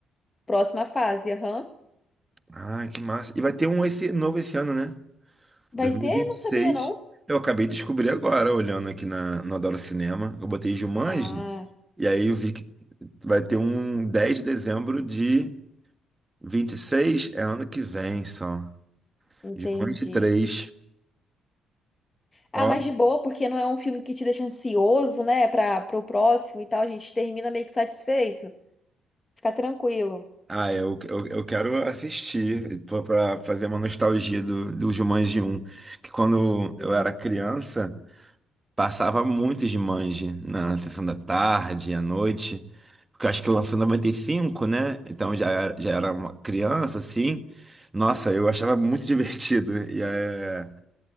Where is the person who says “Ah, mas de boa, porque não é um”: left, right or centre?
Left